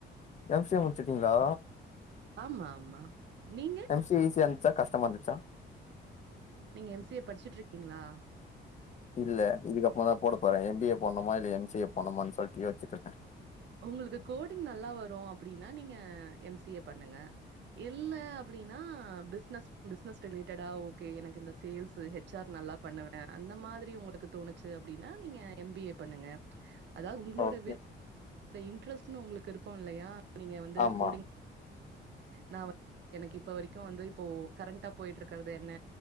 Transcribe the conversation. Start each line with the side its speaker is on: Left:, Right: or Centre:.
Left: எம் சி ஏ முடுசுட்டிங்களா
Right: ஆமா ஆமா நீங்க
Left: எம் சி ஏ ஈஷிய இருந்துச்சா கஷ்டமா இருந்துச்சா
Right: நீங்க எம் சி ஏ படுச்சுட்ருக்கீங்களா
Left: இல்ல இதுகப்பறமா தா போட பேறே எம் பி ஏ பண்ணுமா இல்ல எம் சி ஏ பண்ணுமான் சொல்ட்டு யோஸ்சுட்ருக்கே
Right: உங்களுக்கு கோடிங் நல்லா வரு அப்டினா நீங்க எம் சி ஏ பண்ணுங்க இல்ல அப்டினா பிஸ்னஸ் பிஸ்னஸ் ரிலேட்டடா ஓகே எனக்கு இந்த சேல்ஸு ஹெ ஹெச் ஆர் நல்லா பண்ணுவே அந்த மாரி உங்களுக்கு தோணுச்சு அப்டினா நீங்க எம் பி ஏ பண்ணுங்க அதாவது உங்களோட
Left: ஓகே
Right: விரு த இன்ரஸ்ட்னு உங்களுக்கு இருக்கு இல்லயா நீங்க வந்து
Left: ஆமா
Right: கோடிங் நா வ எனக்கு இப்ப வரைக்கு வந்து இப்போ கரண்ட்டா போயிட்ருக்கறது என்ன